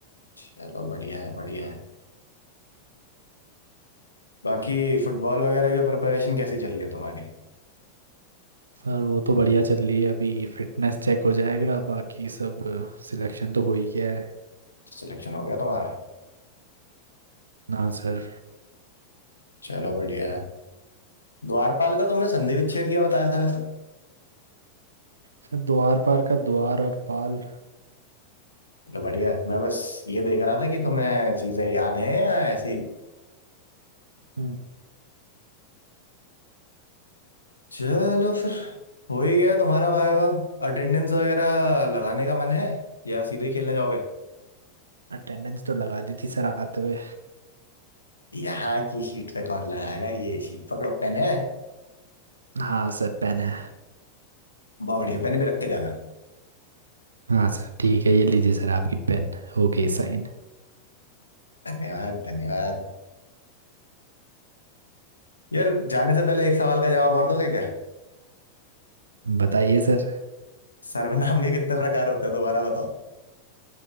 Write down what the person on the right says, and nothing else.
सर वो तो बढ़िया चल रही है अभी फिटनेस चेक हो जाएगा बाकी सब सिलेक्शन तो हो ही गया है
ना सर
सर द्वार पार का द्वार और पाल
हम्म
अटेंडेंस तो लगा दी थी सर आते हुए
हाँ सर पेन है
हाँ सर ठीक है ये लीजिए सर आपकी पेन हो गई साइन
बताइए सर